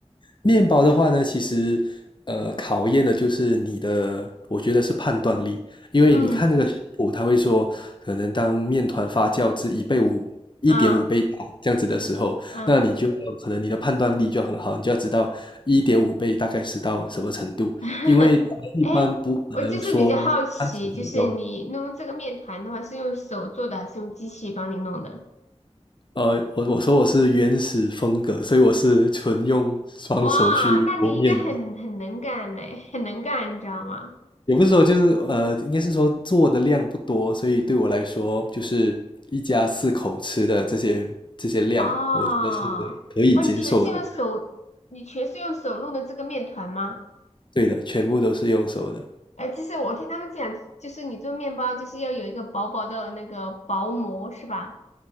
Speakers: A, on the left (about 45°); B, on the left (about 80°).
A: 面包的话呢，其实呃，考验的就是你的，我觉得是判断力，因为你看那个食谱，
B: 嗯
A: 他会说，可能当面团发酵至一倍五、一点五倍大这样子的时候，
B: 啊嗯，
A: 那你就可能你的判断力就要很好，你就要知道一点五倍大概是到什么程度，
B: <laughs>
A: 因为他们一般不可能说三十分钟。
B: 哎我就是比较好奇，就是你弄这个面团的话，是用手做的还是用机器帮你弄的？
A: 呃，我我说我是原始风格，所以我是纯用双手去揉面的，
B: 哇，那你应该很很能干嘞，很能干，你知道吗？
A: 也不是说就是呃，应该是说做的量不多，所以对我来说，就是一家四口吃的这些这些量，
B: 哦，
A: 我觉得是可以接受的。
B: 哇，你全是用手，你全是用手弄的这个面团吗？
A: 对的，全部都是用手的。
B: 哎，其实我听他们讲，就是你做面包就是要有一个薄薄的那个薄膜，是吧？